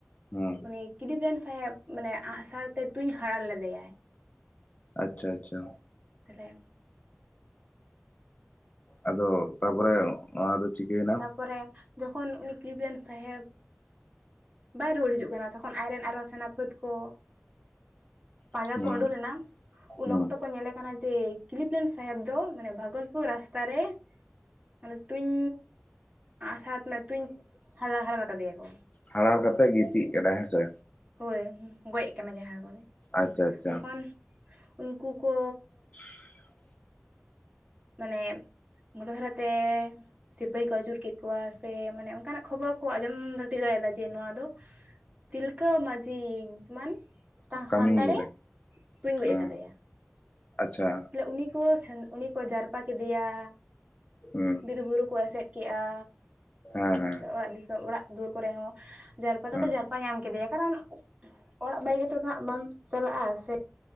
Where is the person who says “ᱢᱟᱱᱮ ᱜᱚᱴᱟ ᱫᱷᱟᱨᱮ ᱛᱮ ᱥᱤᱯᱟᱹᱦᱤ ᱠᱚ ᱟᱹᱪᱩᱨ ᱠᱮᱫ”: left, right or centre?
Right